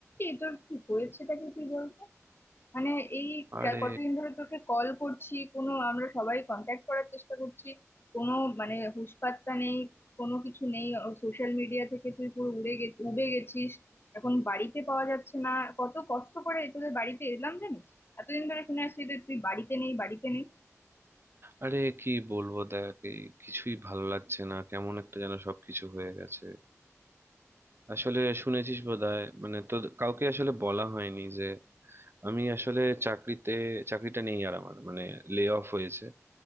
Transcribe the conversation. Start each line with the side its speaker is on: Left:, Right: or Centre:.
Left: এই তোর কি হয়েছেটা কি তুই বলতো মানে এই
Right: আরে
Left: কা- কতদিন ধরে তোকে কল করছি কোনো আমরা সবাই কন্ট্যাক্ট করার চেষ্টা করছি কোনো মানে হুঁশ পাত্তা নেই কোনো কিছু নেই সোশ্যাল মিডিয়া থেকে তুই পুরো উড়ে গে উবে গেছিস এখন বাড়িতে পাওয়া যাচ্ছে না কত কষ্ট করে তোদের বাড়িতে এলাম জানিস এতদিন ধরে শুনে আসছি যে তুই বাড়িতে নেই বাড়িতে নেই
Right: আরে কি বলবো দেখ এই কিছুই ভালো লাগছে না কেমন একটা যেন সবকিছু হয়ে গেছে আসলে শুনেছিস বোধহয় মানে তো কাউকে আসলে বলা হয়নি যে আমি আসলে চাকরিতে চাকরিটা নেই আর আমার মানে লে অফ হয়েছে